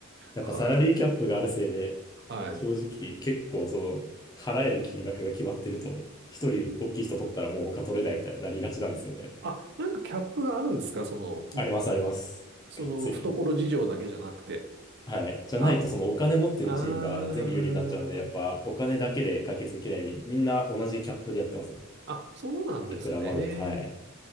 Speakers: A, on the left; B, on the right.
A: やっぱサラリーキャップがあるせいで、
B: かと、はい。
A: 正直結構その、払える金額が決まってると、一人大きい人取ったらもう他取れないみたいになりがちなんですよね。
B: あ、なんかキャップがあるんですかその、
A: ありますあります。
B: その懐事情だけじゃなくて。
A: がっつり。はい。じゃないとそのお金持ってるチームが全部有利になっちゃうんで、
B: あ、あー、
A: やっぱお金だけで解決できないように、みんな同じキャップでやってますね。
B: あ、そうなんですね。
A: いくらまで、はい。